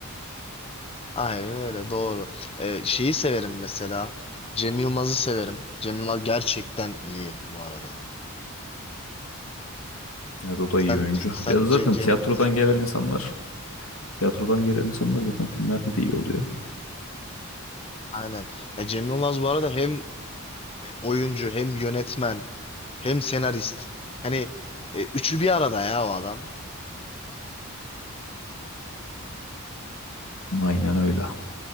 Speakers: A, on the left; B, on the left.
A: Aynen öyle doğru. E, şeyi severim mesela. Cem Yılmaz'ı severim. Cem Yılmaz gerçekten iyi bu arada.
B: Evet o da iyi
A: Sen
B: oyuncu.
A: sen
B: Ya da zaten
A: Ce- Cem
B: tiyatrodan
A: Yılmaz'ı
B: gelen insanlar, tiyatrodan gelen insanlar zaten filmlerde de iyi oluyor.
A: aynen. Ya Cem Yılmaz bu arada hem oyuncu hem yönetmen hem senarist. Hani e, üçü bir arada ya o adam.
B: Aynen öyle.